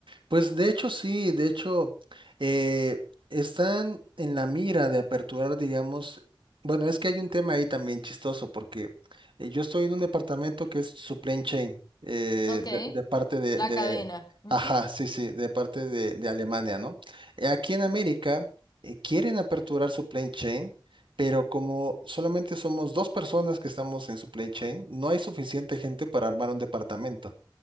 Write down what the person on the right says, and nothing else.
Pues de hecho sí, de hecho eh, están en la mira de aperturar, digamos, bueno, es que hay un tema ahí también chistoso porque eh, yo estoy en un departamento que es supply chain eh,
de, de parte de,
de-
ajá, sí, sí, de parte de, de Alemania, ¿no? Eh, aquí en América eh, quieren aperturar supply chain, pero como solamente somos dos personas que estamos en supply chain, no hay suficiente gente para armar un departamento.